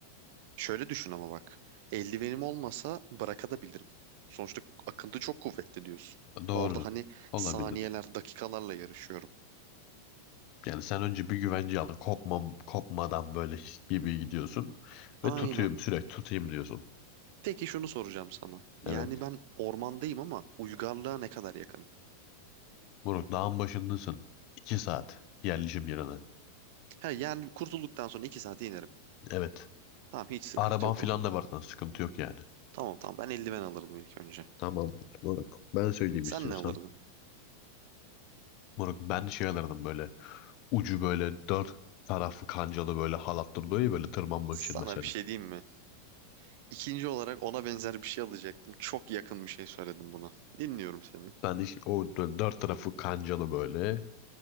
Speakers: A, on the right; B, on the left.
A: Şöyle düşün ama bak. Eldivenim olmasa bırakabilirim. Sonuçta akıntı çok kuvvetli diyorsun.
B: Doğru.
A: Orada hani
B: Olabilir.
A: saniyeler, dakikalarla yarışıyorum.
B: Yani sen önce bir güvence aldın. Kopmam, kopmadan böyle his gibi gidiyorsun.
A: Aynen.
B: Ve tutayım sürekli tutayım diyorsun.
A: Peki şunu soracağım sana. Yani
B: Evet.
A: ben ormandayım ama uygarlığa ne kadar yakınım?
B: Burak dağın başındasın. İki saat yerleşim yerine.
A: He, yani kurtulduktan sonra iki saate inerim.
B: Evet.
A: Tamam hiç sıkıntı
B: Araban
A: yok
B: filan
A: o zaman.
B: da var sana. Sıkıntı yok yani.
A: Tamam tamam ben eldiven alırdım ilk önce.
B: Tamamdır Burak. Ben söyleyeyim
A: Sen
B: istiyorsan.
A: ne alırdın?
B: Burak ben şey alırdım böyle. ucu böyle dört tarafı kancalı böyle halat duruyor ya böyle tırmanmak
A: Sana
B: için mesela.
A: bir şey diyeyim mi? İkinci olarak ona benzer bir şey alacaktım. Çok yakın bir şey söyledim buna. Dinliyorum seni.
B: Ben hiç o dö- dört tarafı kancalı böyle,